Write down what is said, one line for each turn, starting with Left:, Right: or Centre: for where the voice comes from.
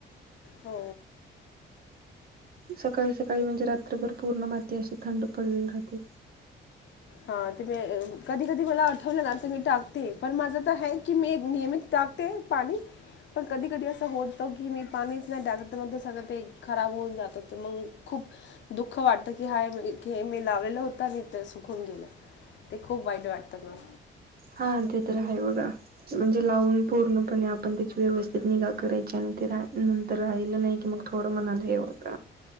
Left: हो
Right: सकाळी सकाळी म्हणजे रात्रभर पूर्ण माती अशी थंड पडली राहते
Left: हा ते म कधी कधी मला आठवलं ना तर मी टाक ते पण माझं की मे नियमित टाकते पाणी पण कधी कधी असं होतं की मी पाणीच नाही टा टाकत नंतर सगळं ते खराब होऊन जातते मग खूप दुःख वाटत की हाय हे मी लावलेलं होत आणि ते सुकून गेलं ते खूप वाईट वाटतं म
Right: हा ते तर आहे बघा म्हणजे लावून पूर्णपणे आपण त्याची व्यवस्थित निगा करायची आणि ते नंतर राहिलं नाही कि मग थोडं मणाला हे होत